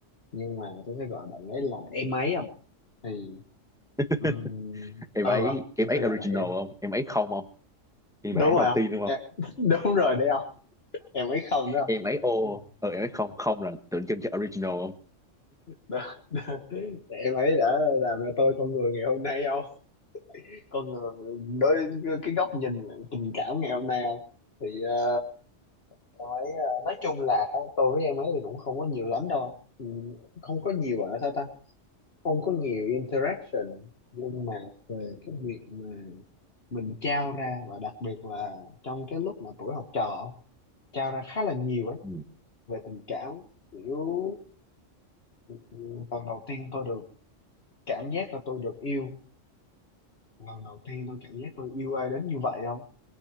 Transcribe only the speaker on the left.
nhưng mà tôi sẽ gọi bạn ấy là em ấy không thì
um,
ừ
không? tôi
sẽ gọi
là em
đúng
rồi
không
em, <laughs> đúng rồi đấy không em ấy không đó
không?
Đó- đó. em ấy đã làm ra tôi con người ngày hôm nay không? con người đối cái góc nhìn tình cảm ngày hôm nay không thì ờ, em ấy ờ, nói chung là tôi với em ấy thì cũng không có nhiều lắm đâu ừ, không có nhiều ở sao ta không có nhiều interaction nhưng mà về cái việc mà mình trao ra và đặc biệt là trong cái lúc mà tuổi học trò trao ra khá là nhiều ấy
về tình cảm kiểu ừ, lần đầu tiên tôi được cảm giác là tôi được yêu lần đầu tiên tôi cảm giác tôi yêu ai đến như vậy không